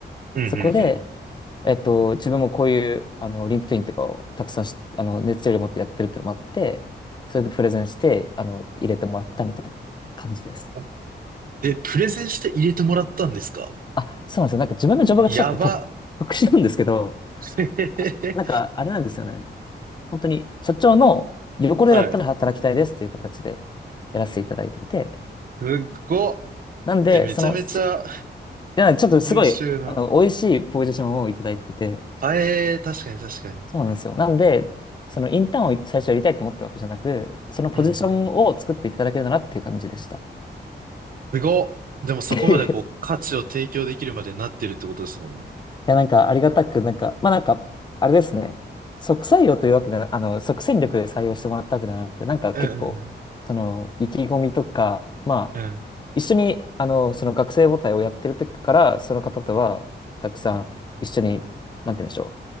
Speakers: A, on the right (about 50°); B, on the left (about 25°).
A: うん。
B: そこで、
A: うん。うん
B: えっと、自分もこういう、あの、リンクトインとかをたくさんし、あの、熱量を持ってやってるっていうのもあって、それでプレゼンして、あの、入れてもらったみたいな感じです。
A: あえ、プレゼンして入れてもらったんですか
B: あ、そうなんですよ。なんか自分のジョブがちょっと特、
A: やば。
B: 特殊なんですけど、
A: <laughs> へへへ
B: あ、なんかあれなんですよね。本当に社長の横でだったら働きたいですっていう形で
A: はい。
B: やらせていただいてて、
A: すっごっ。
B: なんで、
A: え、めちゃめちゃ
B: その、すいや、ちょっとすごい、
A: 優秀な。
B: あの、美味しいポジションをいただいてて、
A: あえー、確かに確かに。
B: そうなんですよ。なんで、そのインターンを最初やりたいと思ったわけじゃなく、そのポジションを作っていただけるならっていう感じでした。
A: うんうん。すごっ。でもそこまでこう価値を提供できるまでなってるってことですもんね。
B: <laughs> いや、なんかありがたく、なんか、まあなんか、あれですね。即採用というわけでは、あの、即戦力で採用してもらったわけではなくて、なんか結構、
A: うんうんうん。
B: その、意気込みとか、まあ、
A: うん
B: 一緒に、あの、その学生母体をやってる時から、その方とは、たくさん一緒に、なんて言うんでしょう、